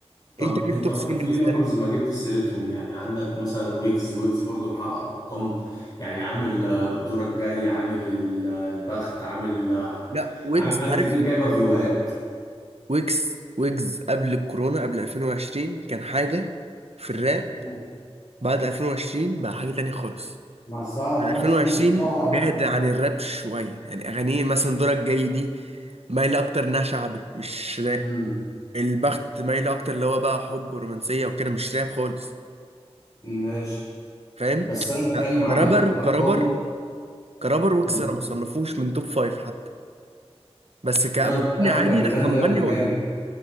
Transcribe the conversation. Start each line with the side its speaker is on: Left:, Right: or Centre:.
Left: طب
Right: انت مين
Left: انت
Right: توب
Left: برضه
Right: 3
Left: في
Right: بالنسبه
Left: رابرز
Right: لك
Left: ما جبت سيرتهم يعني عندك مثلا ويجز ويجز برضه محقق ارقام يعني عامل آه، دورك جاي عامل ال- آه، البخت عامل آه،
Right: لا ويجز
Left: عامل حاجات
Right: عارف
Left: كتير جايبه فيوهات
Right: ويجز ويجز قبل الكورونا قبل 2020 كان حاجه في الراب
Left: مم.
Right: بعد 2020 بقى حاجه تانية خالص
Left: بس بعد 2020
Right: 2020
Left: اتشهر
Right: بعد
Left: اكتر
Right: عن الراب شويه يعني اغانيه مثلا دورك جاي دي مايله اكتر انها شعبي مش راب
Left: امم
Right: البخت مايل اكتر اللي هو بقى حب ورومانسيه وكده مش راب خالص
Left: ماشي
Right: فاهم
Left: بس انا بتكلم
Right: لا،
Left: عامه
Right: كرابر
Left: ارقامه
Right: كرابر كرابر ويجز
Left: مم.
Right: انا ما صنفوش من توب فايف حتى بس كمغني
Left: لا بس لما
Right: عادي
Left: كان بيغني
Right: لا كمغني
Left: لاب كان
Right: هو
Left: جامد
Right: حلو